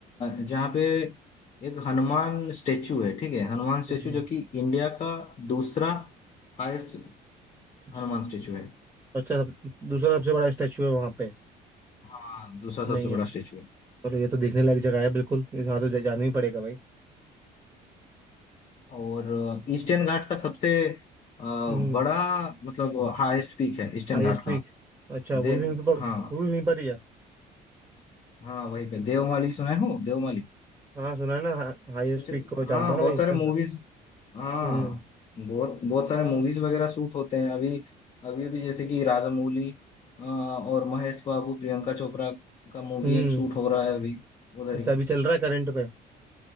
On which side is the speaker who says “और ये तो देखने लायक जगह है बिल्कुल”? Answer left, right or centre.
Right